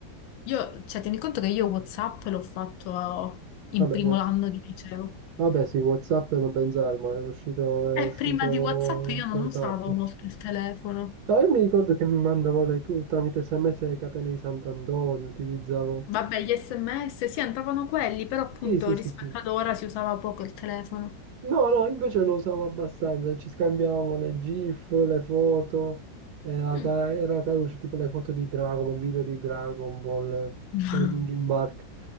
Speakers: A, on the left; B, on the right.
A: Io, cioè, tieni conto che io WhatsApp l'ho fatto a- in
B: Vabbè,
A: primo
B: buono.
A: anno di liceo.
B: Vabbè, sì, WhatsApp non pensare, ma era uscito, era
A: E
B: uscito
A: prima di WhatsApp io non
B: per
A: usavo
B: tardi.
A: molto il telefono.
B: No, io mi ricordo che mi mandavo le, tramite SMS le catene di Sant'Antonio, utilizzavo...
A: Vabbè, gli SMS sì, entravano quelli, però appunto
B: Sì, sì,
A: rispetto
B: sì, sì.
A: ad ora si usava poco il telefono.
B: No, no, invece lo usavo abbastanza, ci scambiavamo le GIF, le foto, era,
A: Mm,
B: ca-
A: <laughs>
B: era caruccio, tipo le foto di Dragon, video di Dragon Ball, eh,
A: Wow.
B: con i Linkin Park.